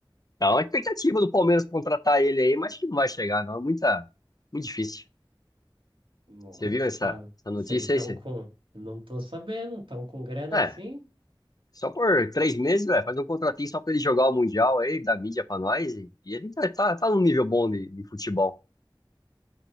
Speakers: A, on the left; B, on the right.
A: Tá uma expectativa do Palmeiras contratar ele aí, mas que não vai chegar, não. É muita, muito difícil.
B: Nossa,
A: Você viu essa,
B: tá.
A: essa notícia
B: Vocês estão
A: aí? Você...
B: com. Não tô sabendo, estão com grana
A: É,
B: assim?
A: só por três meses, velho, fazer um contratinho só pra ele jogar o Mundial aí, da mídia pra nós, e, e ele tá, tá, tá num nível bom de, de futebol.